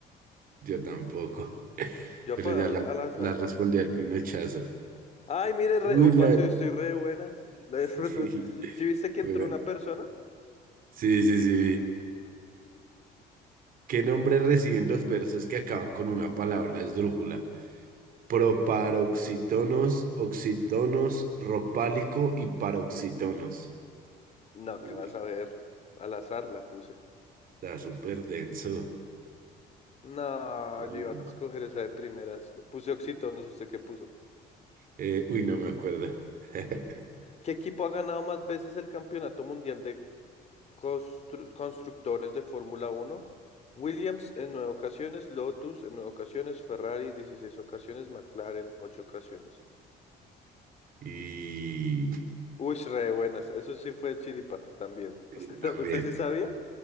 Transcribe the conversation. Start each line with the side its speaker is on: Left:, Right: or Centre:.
Right: Yo tampoco,
Left: Yo
Right: pero
Left: voy
Right: ya
Left: a poner
Right: la,
Left: al, al azar.
Right: la respondí al pinochazo.
Left: Ay, mire, re...
Right: Uy,
Left: uy,
Right: la...
Left: parce, yo estoy re de buenas. <laughs>
Right: Sí,
Left: ¿Sí viste que
Right: juega.
Left: entró una persona?
Right: sí, sí, sí. ¿Qué nombre reciben los versos que acaban con una palabra esdrújula? Proparoxítonos, oxítonos, ropálico y paroxítonos.
Left: No,
Right: Uy,
Left: qué vas a ver. Al azar la puse.
Right: está súper denso.
Left: No,
Right: Mm.
Left: yo iba a escoger esa de primeras. Puse Oxito, no sé usted qué puso.
Right: Eh, uy, no me acuerdo. <laughs>
Left: ¿Qué equipo ha ganado más veces el Campeonato Mundial de constru- constructores de Fórmula Uno Williams en nueve ocasiones, Lotus en nueve ocasiones, Ferrari 16 ocasiones, McLaren ocho ocasiones.
Right: Y
Left: Uy, re buenas. Eso sí fue chiripa también.
Right: eh,
Left: ¿Usted, <laughs>
Right: también.
Left: usted sí sabía?